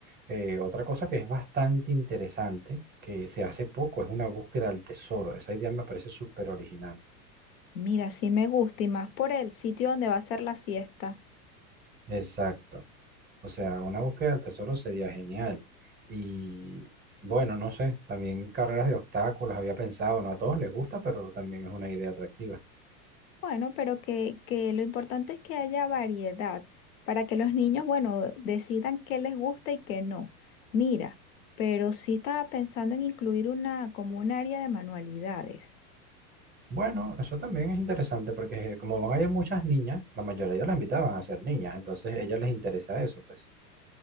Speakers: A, on the right; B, on the left.
A: Eh, otra cosa que es bastante interesante, que se hace poco, es una búsqueda al tesoro. Esa idea me parece súper original.
B: Mira, sí me gusta y más por el sitio donde va a ser la fiesta.
A: Exacto. O sea, una búsqueda del tesoro sería genial. Y bueno, no sé, también carreras de obstáculos había pensado, no a todos les gusta, pero también es una idea atractiva.
B: Bueno, pero que, que lo importante es que haya variedad para que los niños, bueno, decidan qué les gusta y qué no. Mira, pero sí estaba pensando en incluir una como un área de manualidades.
A: Bueno, eso también es interesante porque como van a ir muchas niñas, la mayoría las invitaban a ser niñas, entonces a ellas les interesa eso, pues.